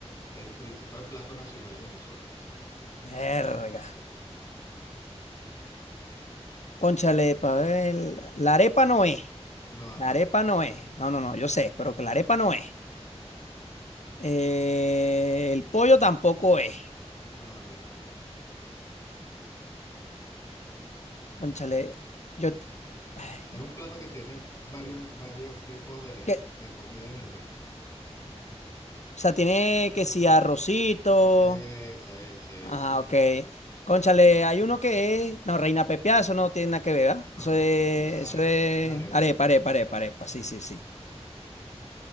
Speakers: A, on the left; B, on the left.
A: El principal plato nacional de Venezuela.
B: Verga. Cónchale, pa' ver, la arepa no es,
A: No,
B: la
A: no,
B: arepa
A: no.
B: no es, no, no, no, yo sé, pero que la arepa no es. Eh, el pollo tampoco es.
A: No, no, no.
B: Cónchale, yo... t- ay,
A: Es un plato que tiene varios, varios tipos de,
B: que, o
A: de comida en el mismo.
B: sea, tiene que si arrocito.
A: Esa, ese,
B: Ajá,
A: ese.
B: ok. Cónchale, hay uno que es... No, reina pepiada, eso no tiene nada que ver, ¿ah?
A: No,
B: Eso
A: no,
B: es...
A: no. Esa es arepa,
B: Eso es...
A: es una arepa.
B: Arepa, arepa, arepa, arepa. Sí, sí, sí.